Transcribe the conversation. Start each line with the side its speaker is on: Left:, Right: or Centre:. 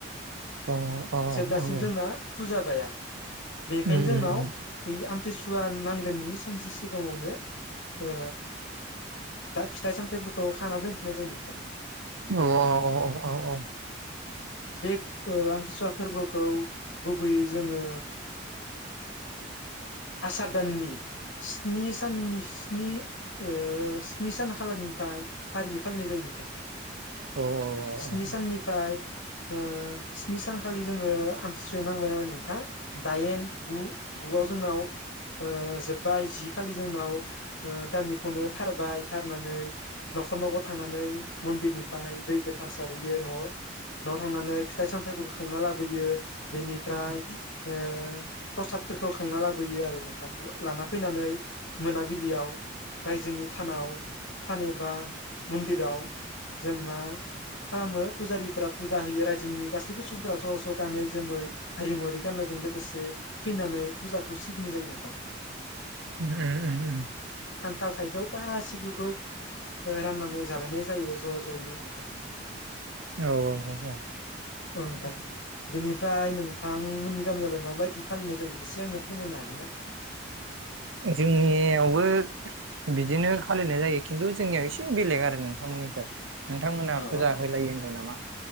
Right: औ औ
Left: जेब्लासिम
Right: उम
Left: जोंना फुजा बाया बेनिखायनो
Right: उम
Left: जोंनाव
Right: उम
Left: बे आमथिसुवा नां <unintelligible> <unintelligible> सानसे सिगाङावनो ओ दा फिथाइ सामथायाइफोरखौ खाना दोनखानाय जायो नोंथां
Right: औ औ औ
Left: बे आमथिसुवा फोरबोखौ गुबैयै जोङो आसार दाननि स्नि साननि स्नि ओ स्नि सान खालारनिफ्राय फारियै फालिनाय जायो नोंथां
Right: औ
Left: स्नि
Right: औ
Left: साननिफ्राय ओ स्नि सानखालि जोङो आमथिसुआ नांबाय नालाय नोंथां दाइन गु गुआव जोंनाव ओ जोब बाय जि खालि जोंनाव ओ गामिखौनो थारबाय थारनानै नखर नखर थांनानै मन्दिरनिफ्राय दै गोथार सारहैयो न न थांनानै फिथाइ सामथाइफोरखौ खांना लाबोयो बेनिफ्राय ओ प्रसादफोरखौ खांना लाबोयो आरो नोंथां लाना फै फैनानै मोनाबिलियाव रायजोनि थानाव थान एबा मन्दिराव जों मा खालामो फुजारिफोरा फुजा होयो रायजोनि गासैबो सुबुंफोरा ज ज गानै जोमै हारिमुवारि गाननायजों लोगोसे फैनानै फुजाखौ सिबिनाय जायो नोंथां
Right: उम उम उम
Left: खानथाल थाइजौ गाैखौबो राननानै जालायनाय जायो ज जयैनो नोंथां
Right: औ औ औ औ
Left: औ नोंथां। बेनिफ्राय नोंथांमोननि गामियावलाय माबायदि फालिनाय जायो एसे आंनो फोरमायनो हागोन ना?
Right: जोंनियाव बो बिदिनो फालिनाय जायो। खिनथु जोंनियाव ए से बेलेग आरो नोंथांमोननिफ्राय। नोंथांमोना
Left: औ
Right: फुजा होलायो होनदों नामा?